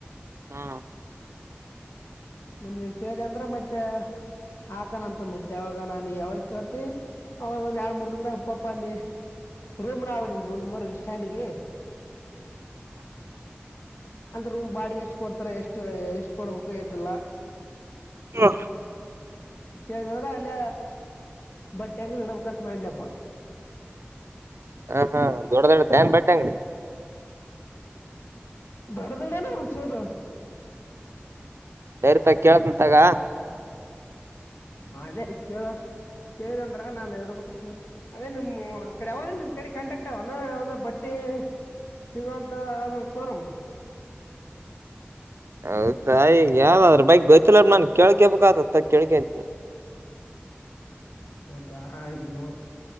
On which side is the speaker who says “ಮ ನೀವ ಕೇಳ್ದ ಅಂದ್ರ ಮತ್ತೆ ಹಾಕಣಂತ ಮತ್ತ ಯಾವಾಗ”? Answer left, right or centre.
Left